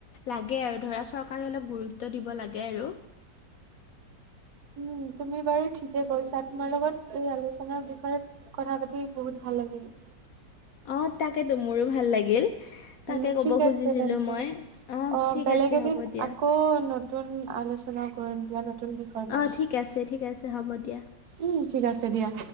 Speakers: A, on the left (about 70°); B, on the right (about 65°).
A: লাগে আৰু ধৰা চৰা কাৰণে গুৰুত্ব দিব লাগে আৰু।
B: উ তুমি বাৰু ঠিকে কৈছা তোমাৰ লগত এই আলোচনাৰ বিষয়ে কথা পাতি বহুত ভাল লাগিল।
A: অঁ তাকেতো মোৰো ভাল লাগিল। তাকে
B: উম
A: ক'ব
B: ঠিক
A: খুজিছিলোঁ
B: আছে তেন্তে
A: মই অঁ
B: অ
A: ঠিক
B: বেলেগ
A: আছে
B: এদিন
A: হ'ব দিয়া
B: আকৌ নতুন আলোচনা <unintelligible> নতুন বিষয় লয়
A: অঁ ঠিক আছে ঠিক আছে হ'ব দিয়া
B: উম ঠিক আছে দিয়া।